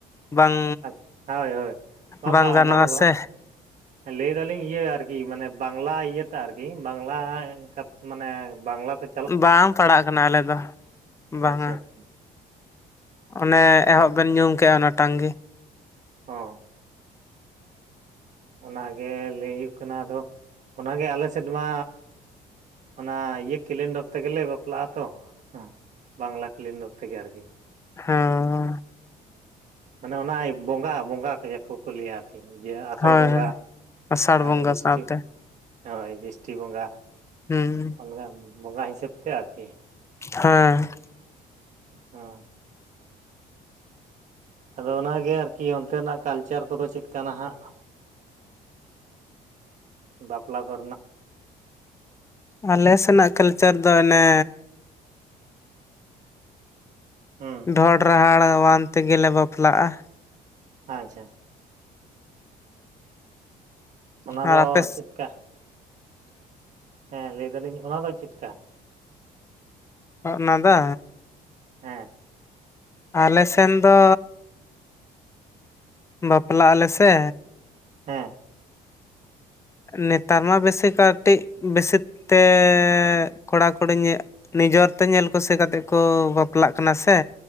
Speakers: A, on the left (about 15°); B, on the right (about 45°).
A: ᱵᱟᱝ
B: ᱟᱪᱪᱷᱟ ᱦᱳᱭ ᱦᱳᱭ
A: ᱵᱟᱝ ᱜᱟᱱᱚᱜ-ᱟ
B: ᱚᱱᱟ ᱫᱚ ᱵᱟᱝ
A: ᱥᱮ,
B: ᱞᱟᱹᱭ ᱫᱟᱞᱤᱧ ᱤᱭᱟᱹ ᱟᱨᱠᱤ ᱢᱟᱱᱮ ᱵᱟᱝᱞᱟ ᱤᱭᱟᱹᱛᱟᱜ ᱟᱨᱠᱤ ᱵᱟᱝᱞᱟ ᱠᱟᱛ ᱢᱟᱱᱮ ᱵᱟᱝᱞᱟᱛᱮ
A: ᱵᱟᱝ ᱯᱟᱲᱟᱜ ᱠᱟᱱᱟ ᱟᱞᱮ ᱫᱚ ᱵᱟᱝᱟ,
B: ᱟᱪᱪᱷᱟ ᱟᱪᱪᱷᱟ
A: ᱚᱱᱮ
B: ᱚ
A: ᱮᱦᱚᱵ ᱵᱮᱱ ᱧᱩᱢ ᱠᱮᱜ-ᱟ ᱚᱱᱟ ᱴᱟᱸᱝ ᱜᱤ᱾
B: ᱦᱚᱸ᱾ ᱚᱱᱟ ᱜᱮ ᱞᱟᱹᱭ ᱦᱩᱭᱩᱜ ᱠᱟᱱᱟ ᱟᱫᱚ ᱚᱱᱟ ᱜᱮ ᱟᱞᱮ ᱥᱮᱫ ᱢᱟ᱾ ᱚᱱᱟ ᱤᱭᱟᱹ ᱠᱮᱞᱮᱱᱰᱟᱨ ᱛᱮᱜᱮᱞᱮ ᱵᱟᱯᱞᱟᱜ-ᱟ ᱛᱚ ᱦᱮᱸ ᱵᱟᱝᱞᱟ ᱠᱮᱞᱮᱱᱰᱟᱨ ᱛᱮᱜᱮ ᱟᱨᱠᱤ᱾
A: ᱦᱮᱸ᱾
B: ᱢᱟᱱᱮ ᱚᱱᱟ ᱵᱚᱸᱜᱟ ᱵᱚᱸᱜᱟ ᱥᱮ <unintelligible> ᱾ ᱴᱷᱤᱠ ᱜᱮᱭᱟ ᱟᱥᱟᱲ
A: ᱦᱳᱭ
B: ᱵᱚᱸᱜᱟ
A: ᱦᱳᱭ ᱟᱥᱟᱲ
B: ᱦᱮᱸ
A: ᱵᱚᱸᱜᱟ
B: ᱡᱤᱥᱴᱤᱠ
A: ᱥᱟᱶᱛᱮ
B: ᱦᱳᱭ ᱡᱤᱥᱴᱤ ᱵᱚᱸᱜᱟ
A: ᱦᱩᱸ
B: ᱚᱱᱠᱟ ᱵᱚᱸᱜᱟ ᱦᱤᱥᱟᱹᱵᱽ ᱛᱮ ᱟᱨᱠᱤ᱾
A: ᱦᱮᱸ᱾
B: ᱦᱩᱸ᱾ ᱟᱫᱚ ᱚᱱᱟ ᱜᱮ ᱟᱨᱠᱤ ᱚᱱᱛᱮ ᱱᱟᱜ ᱠᱟᱞᱪᱟᱨ ᱠᱚᱫᱚ ᱪᱮᱫ ᱠᱟ ᱱᱟ ᱦᱟᱸᱜ᱾ ᱵᱟᱯᱞᱟ ᱠᱚᱨᱮᱱᱟᱜ᱾
A: ᱟᱞᱮ ᱥᱮᱱᱟᱜ ᱠᱟᱞᱪᱟᱨ ᱫᱚ ᱮᱱᱮ᱾
B: ᱦᱩᱸ᱾
A: <unintelligible> ᱛᱮ ᱜᱮᱞᱮ ᱵᱟᱯᱞᱟᱜ-ᱟ᱾
B: ᱟᱪᱷᱟ ᱚᱱᱟ
A: ᱟᱨ
B: ᱫᱚ
A: ᱟᱯᱮ
B: ᱪᱮᱫ ᱠᱟ᱾ ᱦᱮᱸ ᱞᱟᱹᱭ ᱫᱟᱞᱤᱧ ᱚᱱᱟ ᱫᱚ ᱪᱮᱫ ᱠᱟ᱾
A: ᱚᱜ-ᱚᱱᱟ ᱫᱚ᱾
B: ᱦᱮᱸ᱾
A: ᱟᱞᱮ ᱥᱮᱱ ᱫᱚ ᱵᱟᱯᱞᱟᱜ ᱟᱞᱮ ᱥᱮ᱾
B: ᱦᱮᱸ᱾
A: ᱱᱮᱛᱟᱨ ᱢᱟ ᱵᱮᱥᱤ ᱠᱟᱣᱴᱤᱜ ᱵᱮᱥᱤ ᱛᱮᱻ ᱠᱚᱲᱟ ᱠᱩᱲᱤ ᱧᱮ ᱱᱤᱡᱚᱨ ᱛᱮ ᱧᱮᱞ ᱠᱩᱥᱤ ᱠᱟᱛᱮᱜ ᱠᱩ ᱵᱟᱯᱞᱟᱜ ᱠᱟᱱᱟ ᱥᱮ᱾